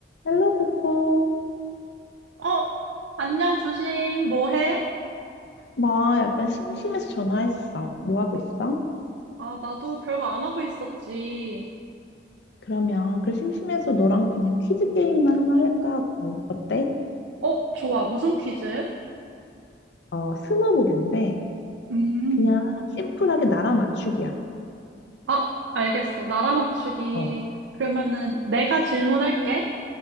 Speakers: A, on the left (about 70°); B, on the right (about 85°).
A: 헬로 코코.
B: 어, 안녕, 두심 뭐 해?
A: 나 약간 심심해서 전화했어. 뭐 하고 있어?
B: 아, 나도 별거 안 하고 있었지.
A: 그러면 그 심심해서 너랑 그냥 퀴즈 게임이나 하나 할까 하고. 어때?
B: 어, 좋아. 무슨 퀴즈?
A: 어, 스무고인데
B: 음,
A: 그냥 심플하게 나라 맞추기야.
B: 아, 알겠어. 나라 맞추기.
A: 어,
B: 그러면은 내가 질문할게.